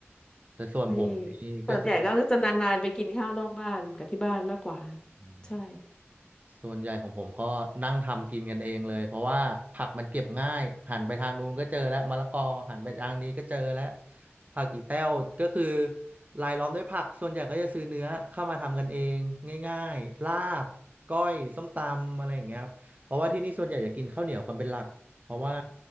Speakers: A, on the right; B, on the left.
A: แต่ส่วนผมนี่ก็คือ
B: ไม่ส่วนใหญ่ก็จะนานๆไปกินข้าวนอกบ้านกับที่บ้านมากกว่า
A: อืม
B: ใช่
A: ส่วนใหญ่ของผมก็นั่งทำกินกันเองเลยเพราะว่าผักมันเก็บง่ายหันไปทางนู้นก็เจอแล้วมะละกอหันไปทางนี้ก็เจอแล้วผักอีแต้วก็คือรายล้อมด้วยผักส่วนใหญ่ก็จะซื้อเนื้อเข้ามาทำกันเองง่ายๆลาบก้อยส้มตำอะไรอย่างเงี้ยครับเพราะว่าที่นี่ส่วนใหญ่จะกินข้าวเหนียวกันเป็นหลักเพราะว่า